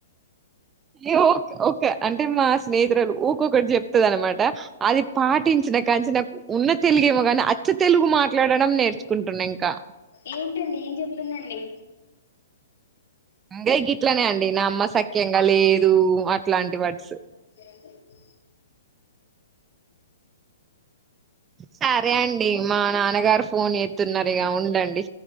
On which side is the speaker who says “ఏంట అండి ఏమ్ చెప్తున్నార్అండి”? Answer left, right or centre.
Left